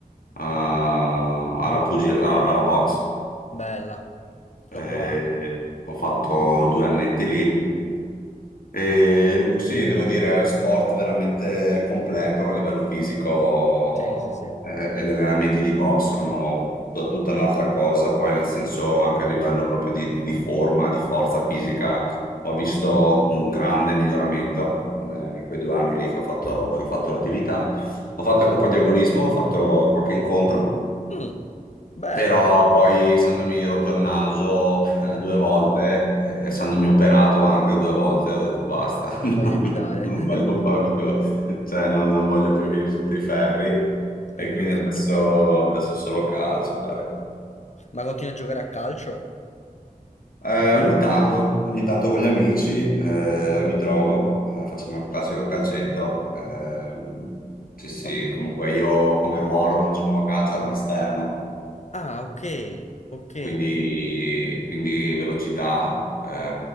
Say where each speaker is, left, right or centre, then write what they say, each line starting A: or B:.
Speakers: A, on the left; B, on the left.
A: eh, alla, pugil- alla alla box
B: Bella,
A: eh,
B: l'ho provata.
A: ho fatto due annetti lì. E, sì, devo dire, sport veramente completo a livello fisico,
B: Sì, sì, sì.
A: eh, gli allenamenti di box sono tut- tutta un'altra cosa, poi nel senso anche a livello proprio di, di- di forma, di forza fisica, ho visto un grande miglioramento eh, in quei due anni lì che ho fatto, che ho fatto l'attività. Ho fatto anche un po' di agonismo, ho fatto qualche incontro.
B: Mm, bello.
A: Però poi, essendomi rotto il naso eh, due
B: Mm,
A: volte, eh, essendomi operato anche due volte, ho detto basta, <laughs> non,
B: meglio evitare.
A: non
B: <laughs>
A: voglio proprio, cioè non, non voglio più finire sotto i ferri.
B: È
A: E
B: giusto,
A: quindi adesso,
B: è giusto.
A: adesso solo calcio, dai.
B: Ma continui a giocare a calcio?
A: Eh, ogni tanto, ogni tanto con gli amici eh,
B: Ah.
A: mi trovo, eh, facciamo il classico calcetto. ehm, sì, sì,
B: Oh,
A: comunque io come ruolo quando giocavo a calcio ero un esterno.
B: Ah, ok, ok,
A: quindi, quindi velocità, eh,